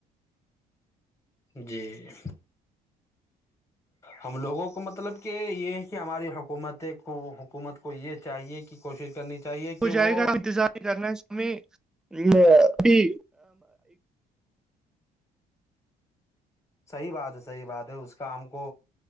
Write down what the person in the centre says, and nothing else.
ج
ہو جائے
گا انتظار کرنا ہم بھی